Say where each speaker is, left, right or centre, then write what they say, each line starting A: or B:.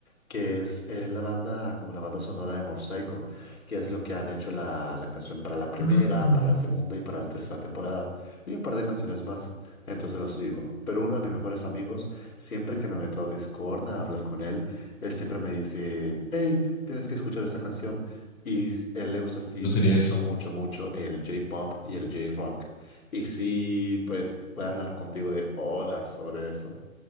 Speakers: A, on the left (about 75°); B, on the left (about 15°).
A: que es, es la banda, como la banda sonora de Mob Psycho, que es lo que han hecho la, la canción para la primera,
B: Ah.
A: para la segunda y para la tercera temporada, y un par de canciones más. Entonces lo sigo. Pero uno de mis mejores amigos, siempre que me meto a Discord a hablar con él, él siempre me dice, hey, tienes que escuchar esta canción. Y s- él le gusta así
B: Yo
A: mucho,
B: sería eso.
A: mucho, mucho el J-pop y el J-rock. Y sí, pues puede hablar contigo de horas sobre eso.